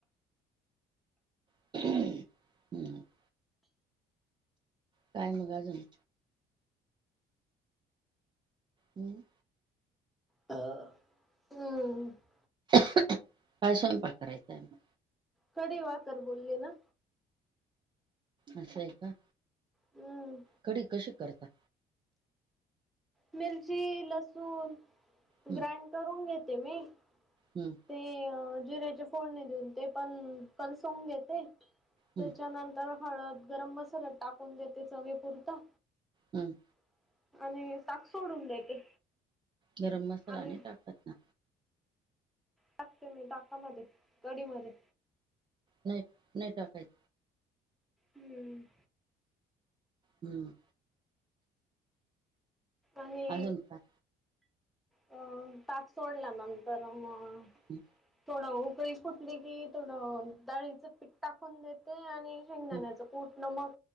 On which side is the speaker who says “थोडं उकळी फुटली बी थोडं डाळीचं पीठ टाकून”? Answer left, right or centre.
Centre